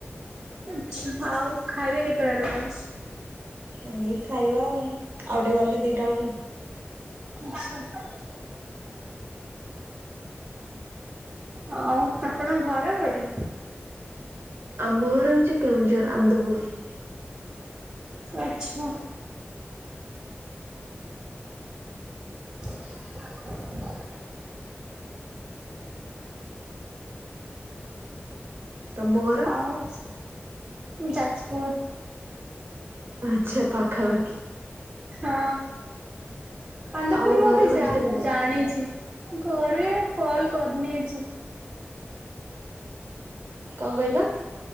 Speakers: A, on the right; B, on the right.
A: ଆଛା ଆଉ ଖାଇବା କେତେବେଳେ ଲଞ୍ଚ?
B: ଏଇ ଖାଇବା ଆଉ ଆଉ ଟିକେ ଗଲେ ଦିଟା ବୁଳୁକୁ।
A: ଆଚ୍ଛା। ହଉ ଆପଣଙ୍କ ଘର କଉଠି?
B: ଆମ ଘର ହଉଚି କେଉଁଝର ଅନ୍ଦପୂରୁ।
A: ଆଚ୍ଛା। ହ। ହଁ।
B: ତମ ଘର
A: ଆଉ ମୁଁ ଯାଜପୁର।
B: ଆଚ୍ଛା ପାଖାପାଖି।
A: ହଁ ପନ୍ଦପୁର
B: ଆଉ
A: ମୁଁ
B: ଘରେ
A: ବି ଯା
B: ସମସ୍ତେ କେମିତି
A: ଜାଣିଛି।
B: ଅଛି
A: ଘରେ କଲ କରିନି ଆଜି।
B: କଣ କହିଲ।